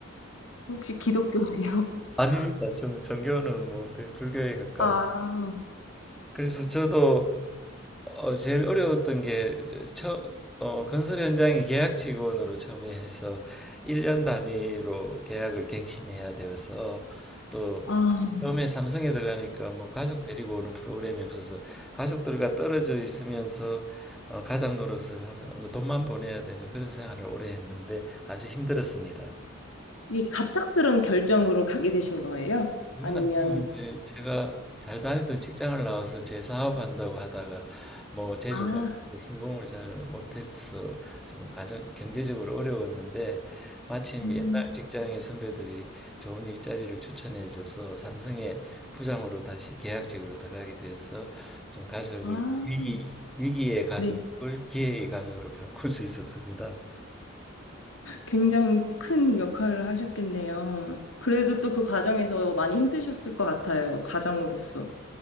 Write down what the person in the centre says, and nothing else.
아닙니다. 저는 전교는 뭐 그 불교에 가깝습니다.
그래서 저도 어, 제일 어려웠던 게 처, 어, 건설 현장에 계약 직원으로 처음에 해서 1년 단위로 계약을 갱신해야 되어서 또
처음에 삼성에 들어가니까 뭐 가족 데리고 오는 프로그램이 없어서 가족들과 떨어져 있으면서 어, 가장 노릇을 하면 뭐 돈만 보내야 되는 그런 생활을 오래 했는데 아주 힘들었습니다.
그건
아니고 이제 제가 잘 다니던 직장을 나와서 재사업한다고 하다가 뭐 재주가
없어서 성공을 잘 못해서 좀 가정 경제적으로 어려웠는데 마침
옛날 직장의 선배들이 좋은 일자리를 추천해줘서 삼성의 부장으로 다시 계약직으로 들어가게 돼서 좀 가족을
위기 위기의 가족을
기회의 가족으로 바꿀 수 있었습니다.